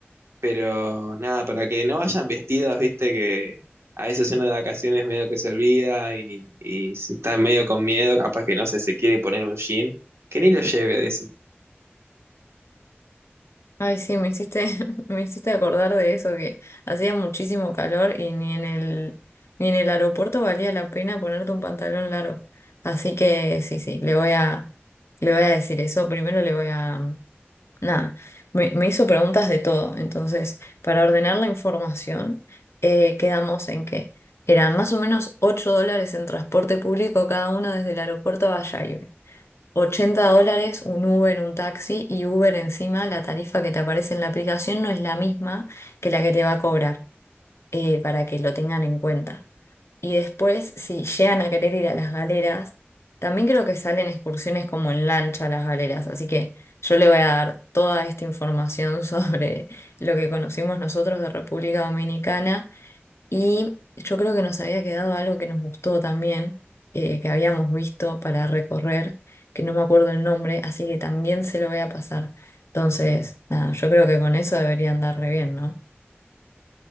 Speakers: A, on the right; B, on the left.
A: pero nada, para que no vayan vestidos, viste que a veces uno de vacaciones medio que se olvida y, y si está medio con miedo, capaz que no sé, se quiere poner un jean, que ni lo lleve, decir. Sí,
B: Ay, sí, me hiciste, <laughs> me hiciste acordar de eso, que hacía muchísimo calor y ni en el, ni en el aeropuerto valía la pena ponerte un pantalón largo. Así que sí, sí, le voy a, le voy a decir eso. Primero le voy a, Nada, me, me hizo preguntas de todo. Entonces, para ordenar la información, eh, quedamos en que eran más o menos 8 dólares en transporte público cada uno desde el aeropuerto a Bayahibe. ochenta dólares un Uber, un taxi y Uber encima, la tarifa que te aparece en la aplicación no es la misma que la que te va a cobrar, eh, para que lo tengan en cuenta. Y después, si llegan a querer ir a las galeras, también creo que salen excursiones como en lancha a las galeras. Así que yo le voy a dar toda esta información <laughs> sobre lo que conocimos nosotros de República Dominicana. Y yo creo que nos había quedado algo que nos gustó también, eh, que habíamos visto para recorrer, que no me acuerdo el nombre, así que también se lo voy a pasar. Entonces, nada, yo creo que con eso deberían andar re bien, ¿no?